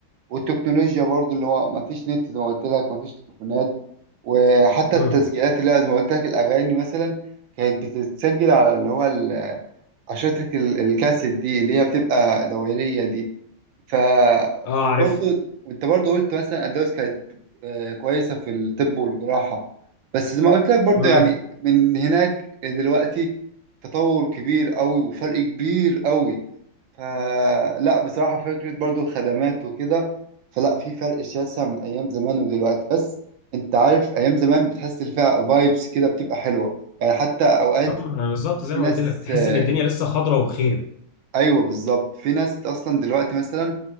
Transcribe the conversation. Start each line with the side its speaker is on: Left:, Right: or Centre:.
Right: والتكنولوجيا برضه اللي هو مفيش نت زي ما قلت لك مفيش تليفونات وحتى
Left: امم
Right: التسجيلات اللي هي زي ما قلت لك الاغاني مثلا كانت بتتسجل على اللي هو ال- عشرة ال- الكاسيت دي اللي هي بتبقى دورية دي ف
Left: اه
Right: وبرضه
Left: عارف
Right: وانت برضه قلت مثلا اندلس كانت آه، كويسة في الطب والجراحة بس زي ما قلت لك برضه
Left: امم
Right: يعني من هناك دلوقتي تطور كبير قوي وفرق كبير قوي فلا بصراحة فكرة برضو الخدمات وكده فلا في فرق شاسع من أيام زمان ودلوقتي بس أنت عارف أيام زمان بتحس اللي فيها فايبس كده بتبقى حلوة يعني حتى أوقات
Left: امم بالظبط زي
Right: في
Left: ما
Right: ناس
Left: قلت لك تحس
Right: آه،
Left: ان الدنيا لسه خضره وبخير
Right: أيوه بالظبط في ناس أصلا دلوقتي مثلا